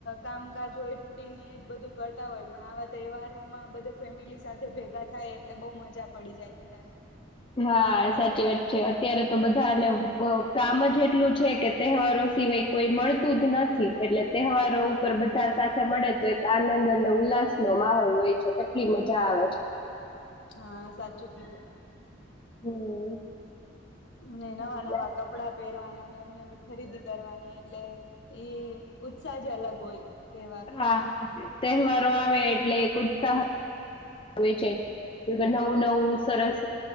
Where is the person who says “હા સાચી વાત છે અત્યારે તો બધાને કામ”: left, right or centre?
Left